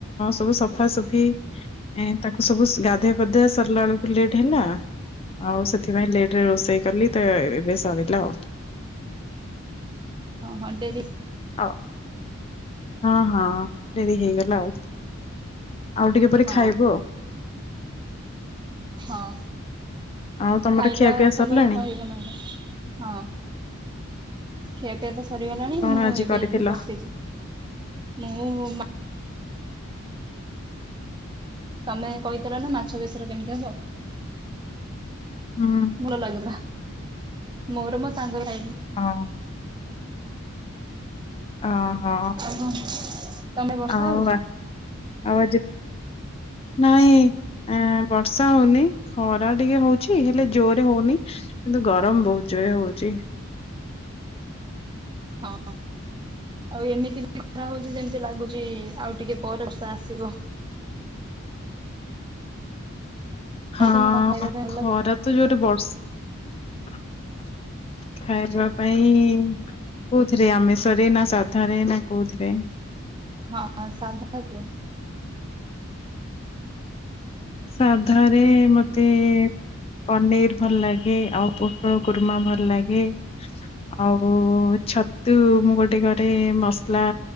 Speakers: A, on the left; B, on the right.
A: ସବୁ ସଫାସଫି। ଏଁ ତାକୁ ସବୁ ଗାଧୁଆ ପାଧୁଆ ସରିଲା ବେଳକୁ ଲେଟ୍ ହେଲା। ଆଉ ସେଥିପାଇଁ ଲେଟରେ ରୋଷେଇ କଲି ତ ଏବେ ସରିଲା ଆଉ।
B: ଓଁ ହଁ ଡେରି
A: ହଉ ହଁ ହଁ ଡେରି ହେଇଗଲା ଆଉ ଆଉ ଟିକେ ପରେ
B: ହଁ
A: ଖାଇବୁ ଆଉ।
B: ହଁ
A: ଆଉ ତମର
B: ଖାଇଲା
A: ଖିଆପିଆ
B: ସମୟରେ
A: ସରିଲାଣି
B: କହିବ ନହେଲେ। ହଁ ଖିଆ ପିଆ ତ ସରିଗଲାଣି
A: କଣ
B: ମୁଁ
A: ଆଜି
B: ଏବେ
A: କରିଥିଲ?
B: ଏଇଠି ବସିଛି। ମୁଁ ଆଉ ମା ତମେ କହିଥିଲ ନା ମାଛ ବେସର କେମିତି ହବ?
A: ହୁଁ
B: ଭଲ ଲାଗିଲା ମୋର ମୋ ସାଙ୍ଗର ଖାଇଲୁ।
A: ହଁ। ଅ ହୋ
B: ଆଉ କଣ ତମେ ବର୍ଷା
A: ଆଉ
B: ହଉଛି?
A: ଆଜି ନାଇଁ। ଆ ବର୍ଷା ହଉନି ଖରା ଟିକେ ହଉଛି ହେଲେ ଜୋରେ ହଉନି କିନ୍ତୁ ଗରମ ବହୁତ ଜୋରେ ହଉଛି।
B: ହଁ। ଆଉ ଏମିତି ବି ଖରା ହଉଛି ଯେମିତି ଲାଗୁଛି ଆଉ ଟିକେ ପରସ ଆସିବ।
A: ହଁ
B: ଆଉ ତମକୁ କଣ ଖାଇବା ପାଇଁ ଭଲ
A: ଖରା
B: ଲାଗେ?
A: ତ ଜୋରେ ବର୍ଷ <inaudible> ଖାଇବା ପାଇଁ କୋଉଥିରେ ଆମିଷରେ ନା ସାଧ ନା କୋଉଥିରେ
B: ହଁ ସାଧା କୁହ।
A: ସାଧାରେ ମତେ ପନିର ଭଲ ଲାଗେ ଆଉ ପଟଳ ଖୁରୁମା ଭଲ ଲାଗେ। ଆଉ ଛତୁ ମୁଁ ଗୋଟେ ଘରେ ମସଲା